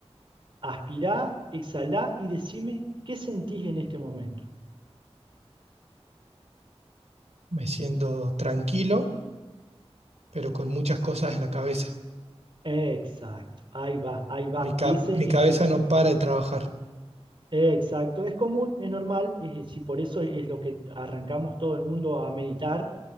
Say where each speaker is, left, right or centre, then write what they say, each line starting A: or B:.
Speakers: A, on the right (about 50°); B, on the right (about 90°).
A: Aspirá, exhalá y decime qué sentís en este momento.
B: Me siento tranquilo, pero con muchas cosas en la cabeza.
A: Exacto. Ahí va, ahí va,
B: Mi
A: que
B: cap-
A: ese
B: mi
A: es
B: cabeza
A: el
B: no para de trabajar.
A: Exacto, es común, es normal, es, y por eso es lo que arrancamos todo el mundo a meditar,